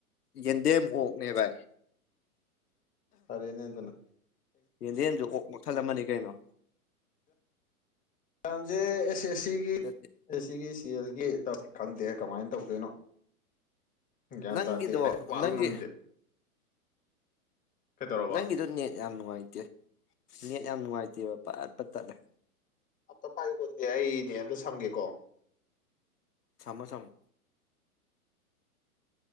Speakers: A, on the left; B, on the left.
A: ꯌꯦꯗꯦ ꯍꯅꯦꯚꯥꯏ
B: ꯐꯔꯦꯅꯦ ꯑꯗꯨꯅ
A: ꯌꯦꯟꯗꯦꯟꯁꯨ ꯑꯣꯛ ꯃꯊꯜꯂꯝ ꯑꯃꯅꯤꯅꯤ ꯀꯩꯅꯣ
B: ꯌꯥꯝꯁꯦ ꯑꯁ ꯑꯦꯁꯤꯒꯤ
A: ꯅꯠꯇꯦ
B: ꯑꯦꯁꯤꯒꯤ ꯍꯧꯖꯤꯛꯀꯤ ꯈꯪꯗꯦ ꯀꯃꯥꯏꯅ ꯇꯧꯗꯣꯏꯅꯣ ꯒ꯭ꯌꯥꯟ
A: ꯅꯪꯒꯤꯗꯣ
B: ꯇꯥꯗꯦ ꯂꯥꯏꯔꯤꯛ ꯄꯕ
A: ꯅꯪꯒꯤ
B: ꯉꯝꯗꯦ ꯀꯩꯗꯧꯔꯕ
A: ꯅꯪꯒꯤꯗꯣ ꯅꯦꯠ ꯌꯥꯝ ꯅꯨꯡꯉꯥꯏꯇꯦ ꯅꯦꯠ ꯌꯥꯝ ꯅꯨꯡꯉꯥꯏꯇꯦꯕ ꯄꯠꯄꯠ ꯇꯠꯂꯦ꯫
B: ꯑꯇ ꯄꯥꯏ ꯌꯨꯀꯣ ꯑꯗꯨꯗꯤ ꯑꯩ ꯅꯦꯠ ꯑꯃꯇ ꯁꯝꯒꯦꯀꯣ
A: ꯁꯝꯃꯣ ꯁꯝꯃꯣ